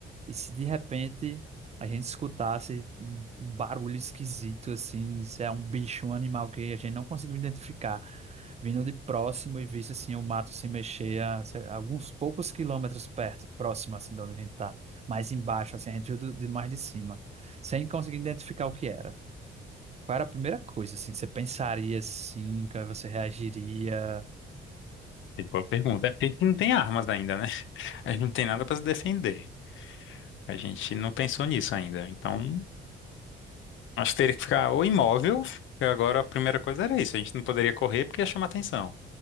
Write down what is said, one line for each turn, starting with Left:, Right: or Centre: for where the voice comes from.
Right: E se de repente a gente escutasse um um barulho esquisito, assim, se é um bicho, um animal que a gente não conseguiu identificar, vindo de próximo e visse, assim, o mato se mexer a, sei lá, alguns poucos quilômetros perto, próximo, assim, de onde a gente tá, mais embaixo, assim, a gente viu do- de mais de cima, sem conseguir identificar o que era. Qual era a primeira coisa, assim, que você pensaria, assim, que você reagiria?
Left: é boa pergunta. É porque a gente não tem armas ainda, né? A gente não tem nada pra se defender. A gente não pensou nisso ainda. Então, acho que teria que ficar ou imóvel. porque Agora a primeira coisa era isso. A gente não poderia correr porque ia chamar atenção.